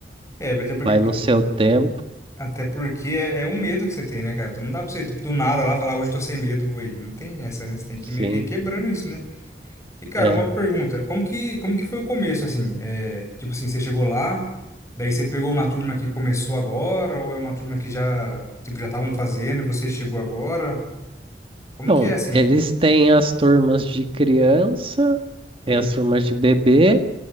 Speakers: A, on the left; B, on the right.
A: É, até porque,
B: vai
A: porque-
B: no seu tempo,
A: até porque é, é um medo que você tem, né, cara? Então não dá pra você, tipo, do nada lá falar, hoje eu tô sem medo, vou ir. Não tem essa, né? Você tem que
B: sim,
A: ir meio que ir quebrando isso, né? E, cara,
B: é.
A: uma pergunta. Como que, como que foi o começo, assim? É, tipo assim, você chegou lá, daí você pegou uma turma que começou agora, ou é uma turma que já, tipo, já estavam fazendo e você chegou agora? Como
B: Então,
A: que é, assim?
B: eles têm as turmas de criança,
A: Ah,
B: tem as turmas de bebê